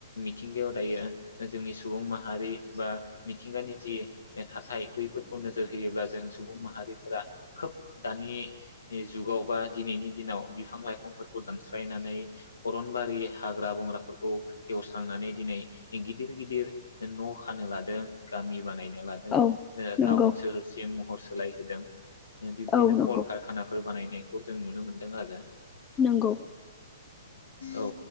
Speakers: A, on the left; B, on the left.
A: मिथिंगायाव दायो जोंनि सुबुं माहारि बा मिथिंगानि जि थाथाय बैफोरखौ नोजोर होयोब्ला जों सुबुं माहारिफोरा खोब दानि जुगाव बा दिनैनि दिनाव बिफां लाइफांफोरखौ दानस्रायनानै अरनबारि हाग्रा बंग्राफोरख औ एवस्रांनानै दिनै गिदिर गिदिर न खानो लादों गामि बानायनो लादों।
B: औ
A: ओ
B: नंगौ
A: टाउन सोहोरसिम महर सोलायहोदों। बिब्दिनो
B: औ नंगौ
A: कल कारखानाफोर बानायनाय खौ जों नुनो मोनदों आरो।
B: नोंगौ।
A: औ ओ